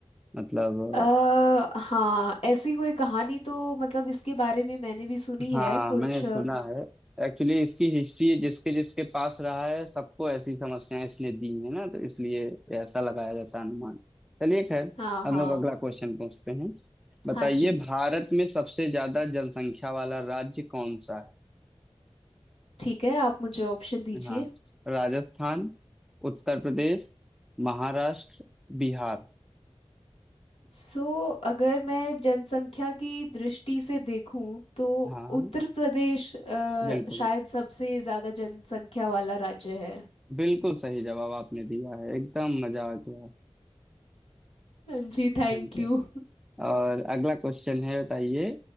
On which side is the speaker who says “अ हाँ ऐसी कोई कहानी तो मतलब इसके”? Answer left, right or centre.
Left